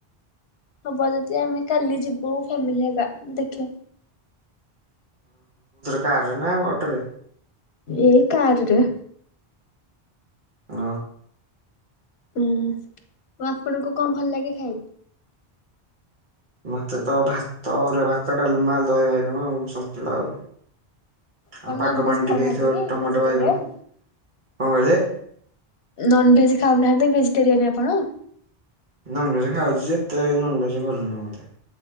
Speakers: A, on the left; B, on the right.
A: ହବ ଯଦି ଆମେ କାଲି ଯିବୁ ଫ୍ୟାମିଲି ହେରିକା ଦେଖି
B: କାର ରେ ନା ଅଟୋ ରେ
A: ଏଇ କାରରେ
B: ଅ
A: ହୁଁ ଆପଣଙ୍କୁ କଣ ଭଲ ଲାଗେ ଖାଇ
B: ମତେ ତ ଭାତ ଅରୁଆ ଭାତ, ଡାଲମା, ଦହି ବାଇଗଣ ଆଉ ସନ୍ତୁଳା ଆଉ
A: କଣ
B: ଆଉ ପାଗ
A: ନନଭେଜ
B: ପାଣି
A: ଖାଉନାହାନ୍ତି
B: ଟିକେ ହେଇଥିବ
A: କି
B: ଟମାଟ
A: ଭେଜିଟେରିଆନ?
B: ବାଇଗଣ କଣ କହିଲେ?
A: ନନଭେଜ ଖାଉନାହାନ୍ତି ଭେଜିଟେରିଆନୀ ଆପଣ?
B: ନନଭେଜ ଖାଉଛିଯେ ଏତେ ନନଭେଜ ଭଲ ନୁହେଁ ମୋତେ।